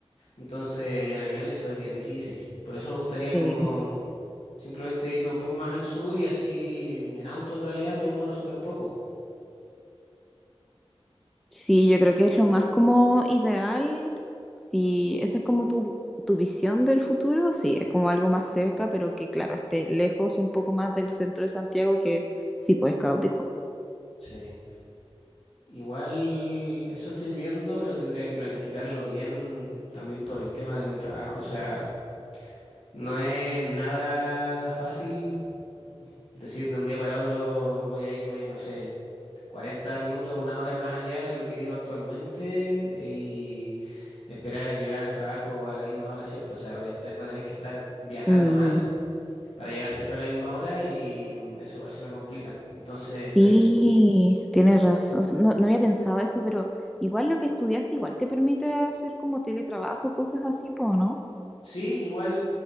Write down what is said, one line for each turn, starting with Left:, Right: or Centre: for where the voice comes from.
Left: Entonces en avión eso es bien difícil. Por eso me gustaría
Centre: Sí.
Left: como simplemente irme un poco más al sur y así en auto en realidad me demoro súper poco.
Centre: Sí, yo creo que es lo más como ideal. Si esa es como tu, tu visión del futuro, sí, es como algo más cerca, pero que claro, esté lejos un poco más del centro de Santiago, que sí, pues es caótico.
Left: Sí. Igual eso estoy viendo, pero tendría que planificarlo bien también por el tema de mi trabajo. O sea, no es nada fácil Decir de un día para otro voy a irme, no sé, 40 minutos, una hora más allá de lo que vivo actualmente eh, y esperar llegar al trabajo a la misma hora siempre. O sea, voy a estar, voy a tener que estar viajando
Centre: Mm,
Left: más para llegar siempre a la misma hora y eso igual se me complica. Entonces estoy,
Centre: sí, tienes
Left: eh,
Centre: razón. O sea, No, no había pensado eso, pero igual lo que estudiaste igual te permite hacer como teletrabajo, cosas así, pues, ¿no?
Left: sí, igual,